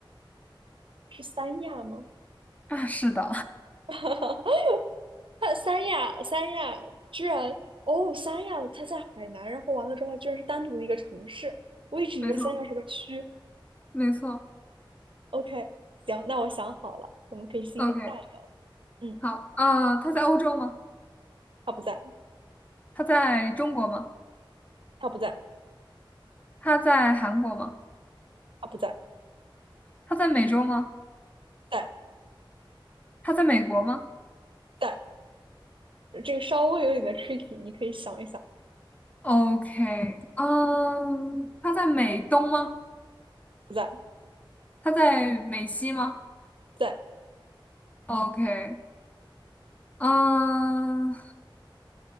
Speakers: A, on the right; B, on the left.
A: 是三亚吗？
B: 啊，是的，
A: <laughs> 它三亚，三亚居然哦，三亚它在海南，然后完了之后它居然是单独的一个城市，
B: <laughs>
A: 我一直以为三亚是个区。
B: 没错，没错。
A: OK，行，那我想好了，我们可以进行下一个了。
B: OK，
A: 嗯，
B: 好，啊、它在欧洲吗？
A: 它不在，
B: 它在中国吗？
A: 它不在，
B: 它在韩国吗？
A: 它不在，
B: 它在美洲吗？
A: 在
B: 它在美国吗
A: 在，这个稍微有点的 tricky，你可以想一想，
B: ？OK，嗯，它在美东吗？
A: 不在，
B: 它在美西吗
A: 在，
B: ？OK，嗯，